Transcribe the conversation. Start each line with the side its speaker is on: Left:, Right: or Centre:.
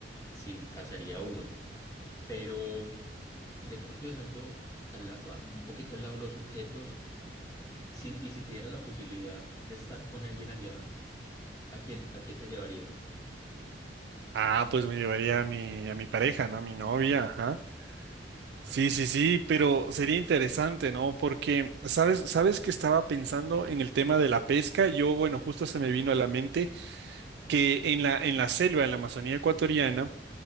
Left: si cazaría uno. Pero de pronto dejando al la- un poquito al lado los objetos, si, y si te dieran la posibilidad de estar con alguien allá. ¿A quién, a quién te llevarías?
Right: Ah, pues me llevaría a mi, a mi pareja, ¿no? A mi novia, ajá.
Left: Ah,
Right: Sí, sí, sí, pero sería interesante, ¿no? Porque, ¿sabes, sabes que estaba pensando en el tema de la pesca? Yo, bueno, justo se me vino a la mente que en la, en la selva, en la Amazonía ecuatoriana,